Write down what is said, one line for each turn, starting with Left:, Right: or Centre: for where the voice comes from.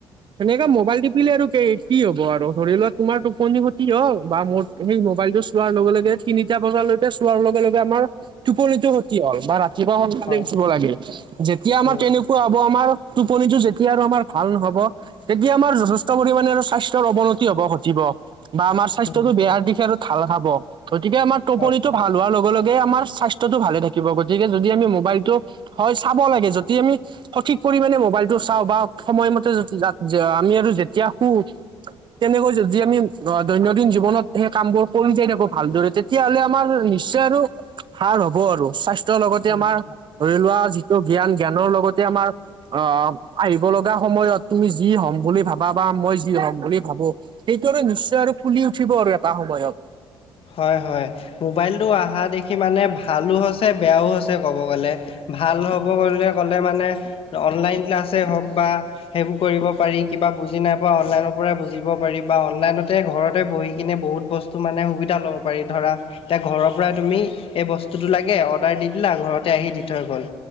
Right: সেনেকে মোবাইল তিপিলে আৰু কেই কি হ'ব? আৰু ধৰি লোৱা তোমাৰ টোপনি খতি হ'ল বা মোৰ সেই মোবাইলটো চোৱাৰ লগে লগে তিনিটা বজালৈকে চোৱাৰ লগে লগে আমাৰ টোপনিতো খতি হ'ল। <unintelligible> তিপুৱা সোনকালে
Left: হয়
Right: উঠিব লাগে যেতিয়া আমাৰ
Left: উম
Right: তেনেকুৱা হ'ব আমাৰ টোপনিটো যেত তিয়া আৰু আমাৰ ভাল নহব তেতিয়া আমাৰ যথেষ্ট পৰিমানে আৰু স্বাস্থ্যৰ অৱনতি হব ঘটিব। বা আমাৰ স্বাস্থ্য
Left: উম
Right: টো বেয়া দিশে আৰু ধাল খাব গতিকে আমাৰ টোপনিটো
Left: হয়
Right: ভাল হোৱাৰ লগে লগে আমাৰ স্বাস্থ্যটো ভালে থাকিব গতিকে যদি আমি মোবাইলটো হয় চাব লাগে যতি আমি সঠিক পৰিমাণে মোবাইলটো চা চাওঁ বা সময়মতে যতি যত আমি আৰু যেতিয়া শুও। তেনেকৈ যদি আমি অ দৈনন্দিন জীৱনত সেই কামবোৰ কৰি যাই থাকো ভালদৰে তেতিয়াহ'লে আমাৰ নিশ্চয় আৰু ভাল হব আৰু চাইচ <unintelligible> লগতে
Left: উম
Right: আমাৰ ধৰি লোৱা যিটো জ্ঞান জ্ঞানৰ লগতে আমাৰ অ আহিব লগা সময়ত তুমি যি হ'ম বুলি ভাবা বা মই যি হ'ম বুলি ভাবো এইটো আৰু নিশ্চয় আৰু ফুলি উঠিব আৰু এটা সময়ত।
Left: হয় -হয় মোবাইলটো আহা দেখি মানে ভালো হৈছে বেয়াও হৈছে ক'ব গ'লে। ভাল হ'ব গলে ক'লে মানে অনলাইন ক্লাছেই হ'ক বা সেইবোৰ কৰিব পাৰি কিবা বুজি নাই পোৱা অনলাইনৰ পৰাই বুজিব পাৰি বা অনলাইনতে ঘৰতে বহি কিনে বহুত বস্তু তো মানে সুবিধা ল'ব পাৰি ধৰা এতিয়া ঘৰৰ পৰাই তুমি এই বস্তুটো লাগে অৰ্ডাৰ দি দিলা ঘৰতে আহি দি থৈ গ'ল।